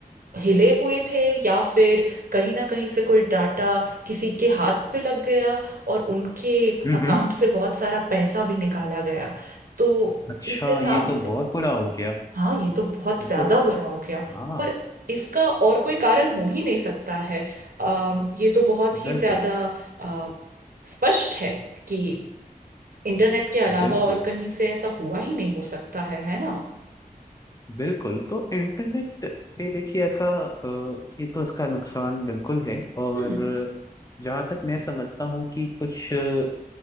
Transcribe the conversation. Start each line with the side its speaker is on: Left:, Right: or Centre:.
Right: हिले हुए थे या फिर कहीं ना कहीं से कोई डाटा किसी के हाथ पे लग गया और उनके
Left: हम्म
Right: अकाउंट
Left: हम्म
Right: से बहुत सारा पैसा भी निकाला गया तो
Left: अच्छा
Right: इस हिसाब
Left: ये तो
Right: से
Left: बहुत बुरा हो गया
Right: हाँ ये तो बहुत
Left: ये
Right: ज्यादा
Left: तो
Right: बुरा हो गया
Left: हाँ
Right: और इसका और कोई कारण हो ही नहीं सकता है अम, ये तो बहुत ही
Left: बिल्कुल
Right: ज्यादा अ, स्पष्ट है कि इंटरनेट के अलावा
Left: बिल्कुल
Right: और कहीं से ऐसा हुआ ही नहीं हो सकता है है ना
Left: बिल्कुल तो इंटरनेट पे देखिए ऐसा अ, ये तो इसका नुकसान बिल्कुल है और
Right: हम्म
Left: जहाँ तक मैं समझता हूँ कि कुछ अ,